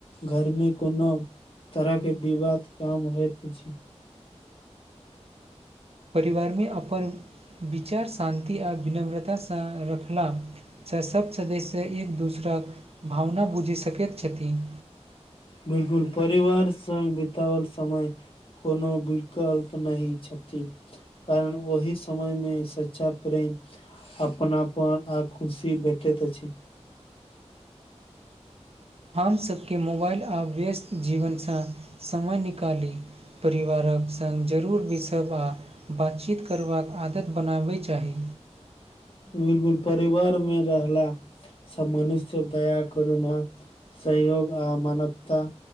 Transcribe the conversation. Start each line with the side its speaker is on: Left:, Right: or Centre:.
Left: घर मे कोनो तरह के विवाद काम होइत छै।
Right: परिवार मे अपन विचार शान्ति आ विनम्रतासँ रखला हैं सभ सदस्य एक दूसराक भावना बुझि सकैत छथिन
Left: बिल्कूल परिवार संग बितवल समय कोनो विकल्प नहि छथि। कारण ओहि समयमे सच्चा प्रेम अपना पान आ खुशी भेटैत अछि
Right: हम सभके मोबाइल आ व्यस्त जीवनसँ समय निकाली परिवार कऽ संग जरूर भस आ बातचीत करबा कऽ आदत बनाबय चाही
Left: बिल्कूल परिवार मे रहला सभ मनुष्य दया करु ने सहयोग आ मानवता